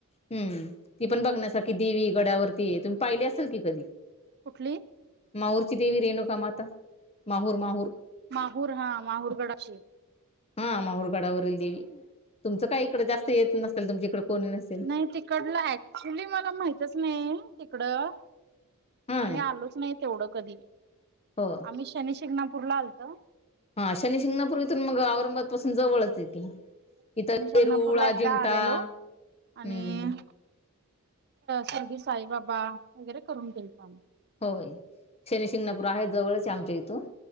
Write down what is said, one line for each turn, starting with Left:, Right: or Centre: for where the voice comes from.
Left: हम्म ती पण ब की देवी गडावरती तुम्ही पाहिली असेल की कधी
Right: कुठली
Left: माहूरची देवी रेणुका माता माहूर माहूर
Right: माहूर हा माहूरगडाची
Left: हा माहुरगडावरील देवी तुमचं काय इकडे जास्त येत नसेल तुमच्या इकडे कोणी नसेल
Right: नाही तिकडल चुली मला माहितच नाही तिकडं
Left: हा
Right: आम्ही आलोच नाही तेवढं कधी
Left: हो
Right: आम्ही शनी शिंगणापूरला आलत
Left: हा शनी सिंगणापूर इथून मग औरंगाबाद पासून जवळच ये
Right: शनी
Left: इथर
Right: शिंगणापूरला
Left: तेरूळ अजिंठा
Right: एकदा आलेलो
Left: हम्म
Right: आणि शिर्डी साईबाबा वगैरे करून देई आम्ही
Left: होय शनी शिंगणापूर आहेत जवळच आमच्या इथून